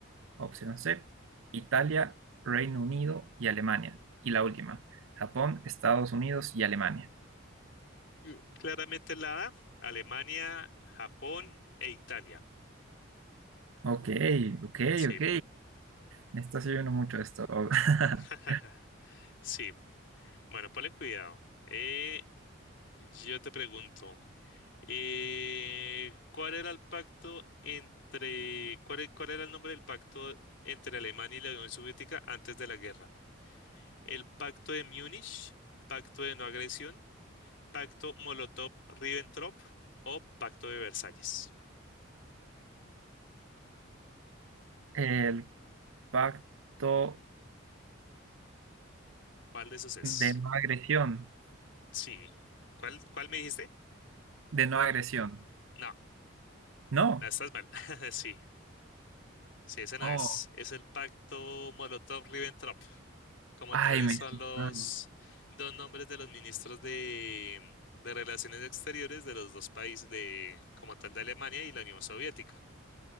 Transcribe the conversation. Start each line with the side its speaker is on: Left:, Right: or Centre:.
Right: Opción C, Italia, Reino Unido y Alemania. Y la última, Japón, Estados Unidos y Alemania.
Left: Mm, Claramente la A, Alemania, Japón e Italia.
Right: Ok, ok,
Left: Sí,
Right: ok. Me estás ayudando mucho esto. <laughs>
Left: <laughs> sí. Bueno, ponle cuidado. Eh, yo te pregunto. Eh, ¿cuál era el pacto entre, cuál, e- cuál era el nombre del pacto entre Alemania y la Unión Soviética antes de la guerra? El pacto de Múnich, pacto de no agresión, pacto Molotov-Ribbentrop o pacto de Versalles.
Right: El pacto
Left: ¿Cuál de esos es?
Right: de no agresión.
Left: Sí. ¿Cuál, cuál me dijiste?
Right: de no agresión.
Left: No,
Right: No.
Left: estás mal. <laughs> Sí, sí, ese no
Right: Oh,
Left: es. Es el pacto Molotov-Ribbentrop. como
Right: ay,
Left: tales
Right: me
Left: son
Right: estoy-
Left: los
Right: ah,
Left: dos nombres de los ministros de, de Relaciones Exteriores de los dos países de, como tal, de Alemania y la Unión Soviética.